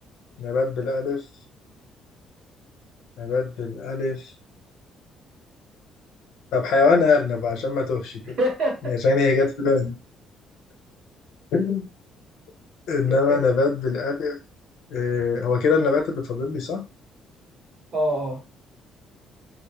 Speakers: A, on the left; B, on the right.
A: نبات بالألف نبات بالألف طب حيوان أرنب عشان ما توهش
B: <laughs>
A: كده عشان هي جت في بالي <laughs> إنما
B: ماشي
A: نبات بالألف آه، هو كده النبات اللي فاضل لي صح؟
B: اه اه